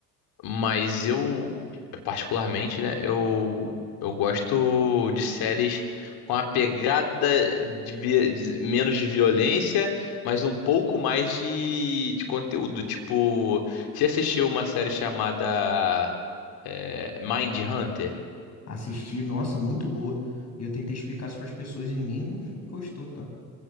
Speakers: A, on the left (about 55°); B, on the left (about 35°).
A: Mas eu, particularmente, né? Eu, eu gosto de séries com a pegada de, vi- de- menos de violência, mas um pouco mais de, de conteúdo. Tipo, você assistiu uma série chamada eh, Mind Hunter?
B: Assisti, nossa, muito boa. E eu tentei explicar isso pras pessoas e ninguém <laughs> gostou, tá?